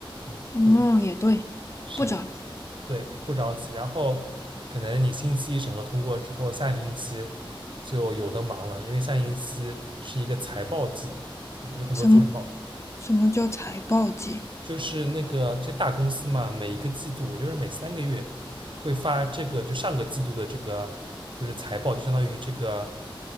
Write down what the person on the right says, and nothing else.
嗯，
是的，
对，不着急，然后可能你星期一审核通过之后，下星期就有的忙了，因为下星期是一个财报季，嗯有很多财报，
就是那个这大公司嘛，每一个季度，也就是每三个月会发这个，就上个季度的这个就是财报，就相当于这个